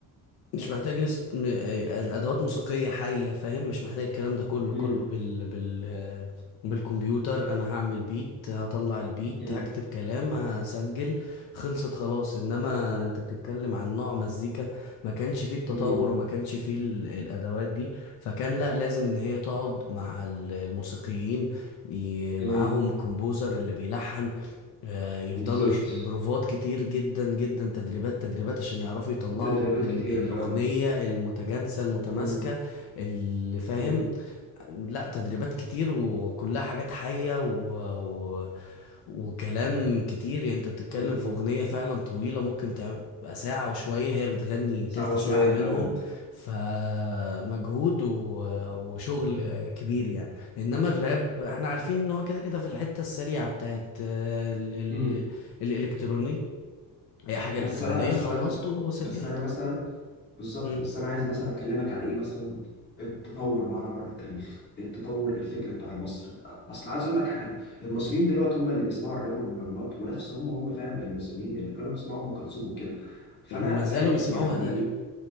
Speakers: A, on the left; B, on the left.
A: مش محتاج رس- م- آه، الادوات موسيقية حية فاهم مش محتاج الكلام ده كله
B: امم
A: كله بال بال آه، بالكمبيوتر انا هعمل بيت هطلع البيت
B: امم
A: هكتب كلام هسجل خلصت خلاص انما انت بتتكلم عن نوع مزيكا ما كانش فيه التطور
B: امم
A: وما كانش فيه ال- الادوات دي فكان لا لازم ان هي تقعد مع ال- الموسيقيين ي-
B: امم
A: معاهم كومبوزر اللي بيلحن آه، يفضلوا
B: بالظبط
A: يش... بروفات كتير جدا جدا تدريبات تدريبات عشان يعرفوا يطلعوا
B: التدريبات
A: ال...
B: كتيرة
A: الأغنية
B: فعلا
A: المتجانسة المتماسكة
B: امم
A: اللي فاهم
B: امم
A: لا تدريبات كتير وكلها حاجات حية و... و... وكلام كتير يعني انت بتتكلم
B: مظبوط
A: في اغنية فعلا طويلة ممكن تعمل تبقى ساعة وشوية هي بتغني
B: ساعة
A: تلت
B: وشوية
A: ساعة منهم
B: فعلا
A: فمجهود و... وشغل كبير يعني انما الراب احنا عارفين ان هو كده كده في الحتة السريعة بتاعت ال...
B: امم
A: ال... الالكتروني هي حاجة
B: بس
A: الكترونية
B: أنا مثلا
A: خلصت وسجلت
B: بس أنا مثلا بالظبط
A: مم.
B: بس أنا عايز مثلا أكلمك على إيه مثلا التطور بقى على مر التاريخ التطور الفكري بتاع المصري أصل عايز أقول لك حاجة المصريين دلوقتي هم اللي بيسمعوا الراب والمهرجانات ونفس هم هم فاهم المصريين اللي كانوا بيسمعوا أم كلثوم وكده فأنا
A: وما
B: فاهم
A: زالوا بيسمعوها
B: يعني
A: تقريبا
B: إيه؟